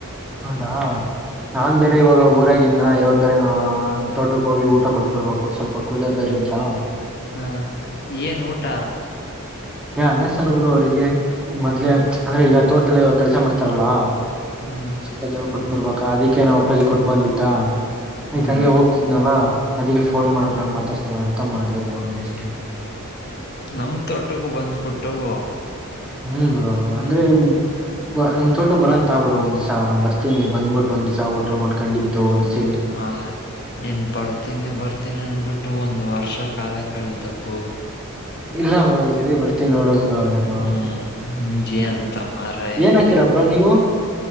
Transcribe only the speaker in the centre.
ಹೌದಾ ನಾನ್ ಬೇರೆ ಇವಾಗ ಊರಾಗಿದ್ದ ಇ ಯಾವಾಗ ಬರ ನ ತೋಟಕ್ಕೆ ಹೋಗಿ ಊಟ ಕೊಟ್ಬಿಡ್ಬೇಕು ಸ್ವಲ್ಪ ಕುಲರ್ ಬರೆ ಇದ್ದಾ
ಯ ಅನ್ನಸಾರ್ ಒಬ್ರು ಅವ್ರಿಗೆ ಮೊದ್ಲೆ
ಅಂದ್ರೆ ಈಗ ತೋಟದಲ್ಲಿ ಕೆಲ್ಸ ಮಾಡ್ತಾರಲ್ಲ
ಸ್ವಲ್ಪ ಜನ ಕೊಟ್ ಬಿಡ್ಬ ಅದಕೆ ನಮ್ಮ ಅಪ್ಪಾಜಿ ಕೊಟ್ ಬಂದಿತ್ತ ಆದಕ್
ಹಂಗೆ ಹೋಗ್ತಿದ್ನಲ್ಲಾ ಅದಕ್ಕೆ ಫೋನ್ ಮಾಡ್ಕೊಂಡು
ಮಾತಾಡ್ತಾನ ಅಂತ ಮಾಡ್ದವ್ರ ಅವನ್ ಜಾಸ್ತಿ
ಹ್ಮ್ ಬ್ರೋ ಅಂದ್ರೆ ನಿಮ ನಿಮ್ ತೋಟ ಬರಂತ ಬರು ಒಂದ ದಿವ್ಸ ಬರ್ತೇನ ಬಂದಬಿಟ್ಟು ಒಂದ್ ದ್ಸ ಊಟಲ್ ಮಾಡ್ಕೊಂಡಿದ್ದು ಒಂದ ದಿವಸ
ಇಲ್ಲ ಬ್ರೋ ಈ ಸಾಲಿ ಬರ್ತೀವಿ ನೋಡ ಬ್ರ ನಾನು
ಹ್ಮ್
ಏನ್
ಹಾಕೀರಾಬ್ರ
ನೀವು